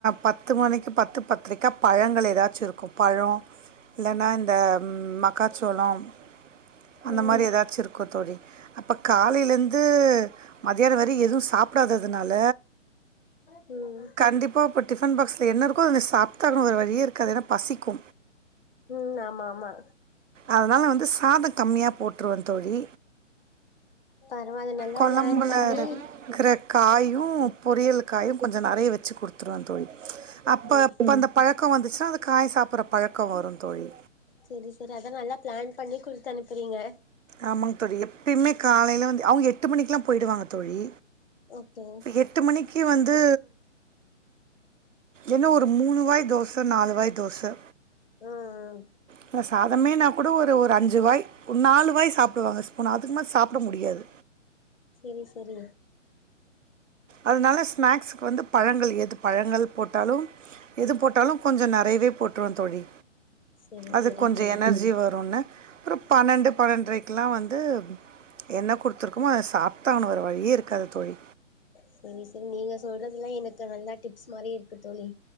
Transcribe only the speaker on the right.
பத்து மணிக்கு பத்து பத்தரைக்கா பழங்கள் எதாச்சு இருக்கு பழம் இல்லன்னா இந்த மக்காச்சோளம் அந்த
மாதிரி ஏதாச்சு இருக்கு தோழி அப்போ காலையிலந்து மதியான வர எது சாப்டாததுனால
கண்டிப்பா இப்போ டிஃபன் பாக்ஸ்ல என்ன இருக்கோ அத நீ சாப்டு தா ஆகனு வேற வழியே இருக்காது ஏன்னா பசிக்கு
அதனால நா வந்து சாத கம்மியாக போட்டுருவ தோழி
கொழம்புல
இருக்குற காயு பொரியல் காயு கொஞ்சோ நெறைய வெச்சு குடுத் -துருவே தோழி அப்ப
அந்த பழக்க வந்துச்சுன்னா அது காய் சாப்பட்ற பழக்க வரு தோழி
ஆமாங்க தோழி எப்பயுமே காலையில வந்து அவங்க எட்டு மணிக்குல்லா போயிடுவாங்க தோழி
எட்டு மணிக்கு வந்து என்ன ஒரு மூணு வாய் தோச நாலு வாய் தோச
இல்ல சாதமேனா கூட ஒரு ஒரு அஞ்சு வாய் ஒரு நாலு வாய் சாப்டுவாங்க ஸ்பூன் அதுக்கு மேல் சாப்ட முடியாது
அதனால ஸ்நாக்ஸ்க்கு வந்து பழங்கள் எது பழங்கள் போட்டாலு எது போட்டாலு கொஞ்ச நெறையவே போட்ருவ தோழி
அதுக்கு
கொஞ்சோ
எனர்ஜி வருன்னு அப்றோ பன்னெண்டு பன்னெண்டரைக்குல்லா வந்து என்ன குடுத்துருக்கமோ அத சாப்பிட்டுதா ஆவனு வேற வழியே இருக்காது தோழி